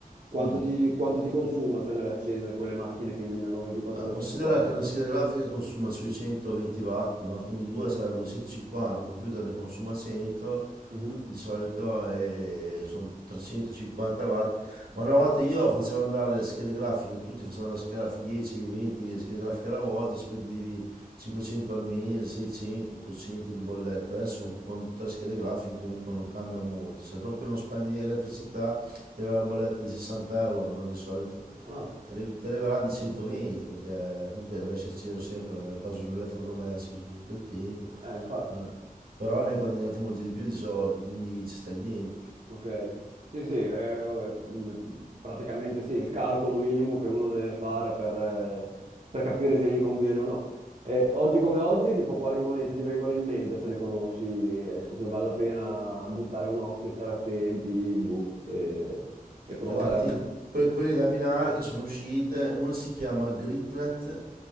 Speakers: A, on the right (about 50°); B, on the right (about 85°).
A: quanto
B: Mm.
A: ti, quanto ti consuma tenere accese quelle macchine che minano 24
B: Ah,
A: ore
B: Considera
A: su 24?
B: che una scheda grafica consuma sui 120 watt, no? Quindi 2 sarebbe 250, il computer ne consuma 100
A: Mhm.
B: di solito eh, sono 350 watt, ma una volta io facevo andare le schede grafiche, tutti facevano andare le schede grafiche 10, 20 schede grafiche alla volta, spendevi 500 al mese, 600, 800 di bolletta, adesso con, con tre schede grafiche comunque non cambia molto, se proprio non spendi elettricità ti arriva la bolletta di 60 euro, no? di solito
A: Ah,
B: ti arri- ti arriverà di 120 perché comunque lasci acceso sempre, è quasi un elettrodomestico soprattutto il tempo.
A: eh, infatti.
B: Ma però ne hai guadagnati molti di più di soldi, quindi ci stai dentro.
A: Ok, sì, sì, è- oh, è- mh, praticamente sì, il calcolo minimo che uno deve fare per, eh, per capire se gli conviene o no. E oggi come oggi, tipo quali monete ti vengono in mente se le conosci, eh, su cui vale la pena buttare un occhio, stare attenti, boh, e, e provare
B: E guarda,
A: a...
B: ti dico, que- quelle da Minare che sono uscite, una si chiama Gridnet